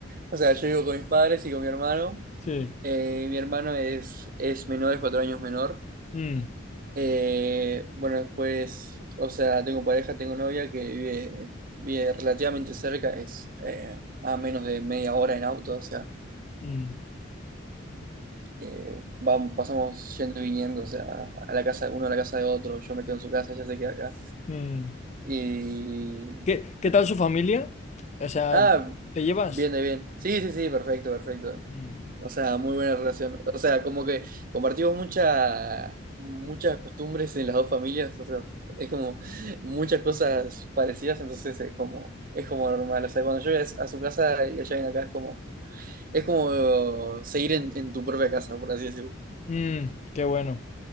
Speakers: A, on the right; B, on the left.
A: o sea, yo vivo con mis padres y con mi hermano.
B: Sí.
A: Eh, mi hermano es, es menor, es cuatro años menor.
B: Mm,
A: Eh, bueno, después, o sea, tengo pareja, tengo novia que vive, vive relativamente cerca, es eh, a menos de media hora en auto, o sea,
B: mm,
A: eh, vamos, pasamos yendo y viniendo, o sea, a la casa, uno a la casa de otro, yo me quedo en su casa, ella se queda acá.
B: mm.
A: Y...
B: ¿Qué, qué tal su familia? O sea,
A: Ah,
B: ¿te llevas?
A: bien, de bien. Sí, sí, sí, perfecto, perfecto.
B: Mm.
A: O sea, muy buena relación. O sea, como que compartimos mucha, muchas costumbres en las dos familias, o sea, es como muchas cosas parecidas, entonces es como, es como normal. O sea, cuando yo voy a su casa y ella viene acá, es como, es como seguir en, en tu propia casa, por así decirlo.
B: Mm, qué bueno.